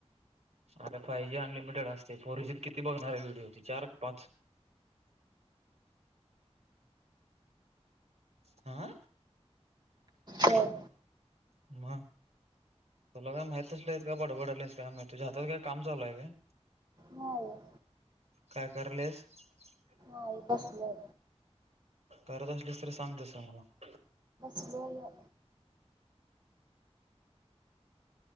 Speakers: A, on the right; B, on the right.
A: अरे फाय जी अनलिमिटेड असते, फोर जीत किती बघणार आहे व्हिडिओ ती चार का पाच? ह.
B: हय.
A: म तुला काय माहीत असलंयत का बडबडायलीस काय माहित तुझ्या हातात काय काम चालु आहे काय?
B: नाहीये.
A: काय करलेस? <inaudible>
B: आई बसले.
A: करत असलीस तर सांग त्या समोर.
B: व्हय.